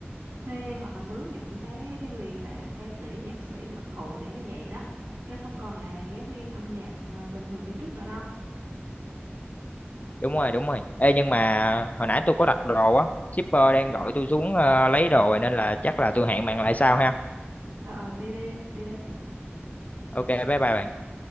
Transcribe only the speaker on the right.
thuê hoặc là mướn những cái người là ca sĩ, nhạc sĩ thực thụ để mà dạy đó. Chứ không còn là giáo viên âm nhạc à, bình thường như trước nữa đâu.
Ờ, ờ, đi đi, đi đi.